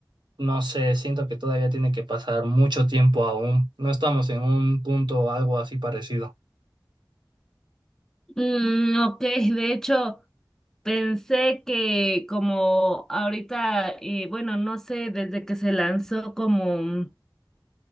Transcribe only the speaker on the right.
no sé, siento que todavía tiene que pasar mucho tiempo aún. No estamos en un punto algo así parecido.